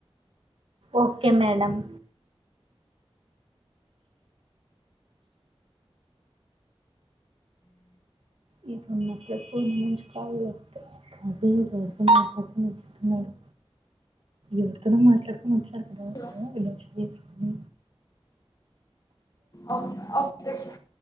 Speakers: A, on the right; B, on the left.
A: ఓకే మేడమ్ ఇది ఉన్నపుడే పూణే నుంచి కాల్ వొస్తే అది ఎవరితో మాట్లాడుతునాన్నట్లు ఉన్నాడు ఎవరితోన మాట్లాడుకొని వచ్చి అతను
B: సార్
A: <unintelligible> అల్లో చేయరు హు
B: అవును ఆఫ్ చేసి